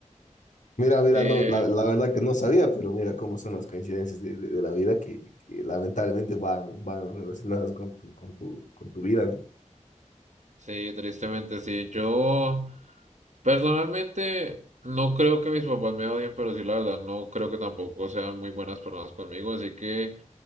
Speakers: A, on the left; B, on the right.
A: Mira, mira,
B: Eh,
A: no, la, la verdad que no sabía, pero mira cómo son las coincidencias de, de- de la vida que, que lamentablemente van, van relacionadas con tu, con tu, con tu vida, ¿no?
B: sí, tristemente sí. Yo personalmente no creo que mis papás me odien, pero sí, la verdad, no creo que tampoco sean muy buenas personas conmigo. Así que